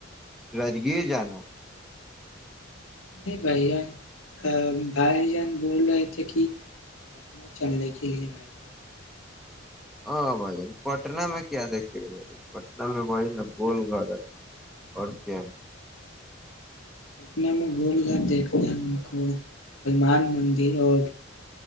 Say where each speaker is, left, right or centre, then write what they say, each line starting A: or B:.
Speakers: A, in the centre; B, on the left (about 85°).
A: راجگیر جانا
B: نہیں بھائی جان بھائی جان بول رہے تھے کہ پٹنہ چلنے کے لیے بھائی جان
A: ہاں بھائی جان پٹنہ میں کیا دیکھیے گا بھائی جان پٹن میں بھائی نا گول گھر ہے اور کیا
B: پٹن میں گول گھر دیکھنے ان کو ہنومان مندر اور